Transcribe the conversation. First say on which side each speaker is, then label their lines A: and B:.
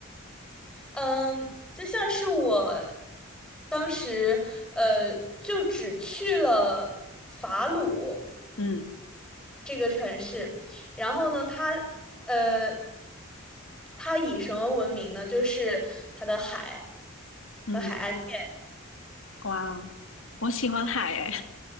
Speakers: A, in the centre; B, on the left.
A: 嗯，就像是我当时，呃，就只去了法鲁
B: 嗯
A: 这个城市，然后呢，它，呃，它以什么闻名呢？就是它的海
B: 嗯，
A: 和海岸线。
B: 哇哦，我喜欢海诶。